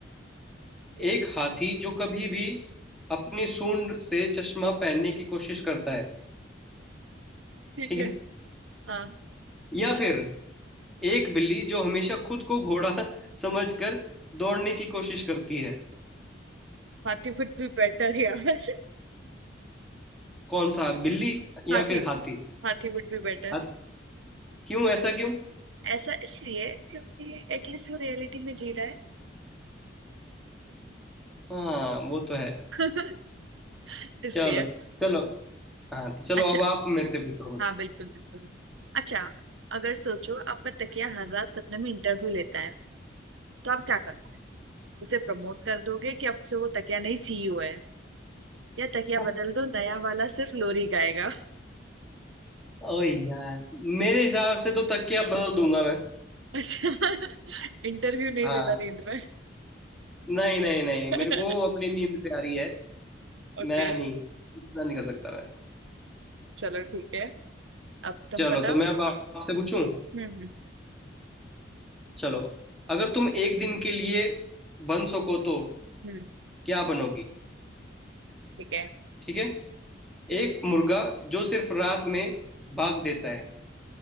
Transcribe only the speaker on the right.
ठीक
है
हाँ
हाथी वुड बी बेटर यार
हाथी
हाथी वुड बी बेटर
ऐसा इसलिए क्योंकि एटलीस्ट वो रियलिटी में जी रहा
है <laughs> इसलिए
अच्छा
हाँ बिल्कुल बिल्कुल अच्छा अगर सोचो आपका तकिया हर रात सपने में इंटरव्यू लेता है तो आप क्या करोगे उसे प्रमोट कर दोगे कि अब से वो तकिया नहीं सीईओ है या तकिया
बदल दो नया वाला सिर्फ लोरी गाएगा <laughs>
अच्छा इंटरव्यू नहीं
लेता नींद में
<laughs>
ओके
चलो ठीक है अब तुम
बताओ
हम्म हम्म
हम्म,
ठीक है